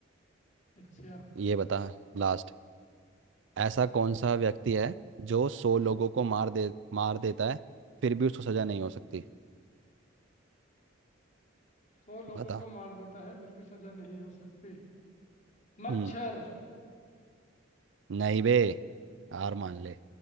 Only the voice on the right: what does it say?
ये बता लास्ट ऐसा कौन सा व्यक्ति है जो सौ लोगों को मार दे मार देता है फिर भी उसको सजा नहीं हो सकती
बता
हम्म नहीं बे हार मान ले